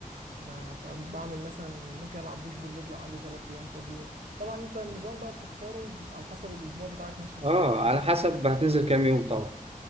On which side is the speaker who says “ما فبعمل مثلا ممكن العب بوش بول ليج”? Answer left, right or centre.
Right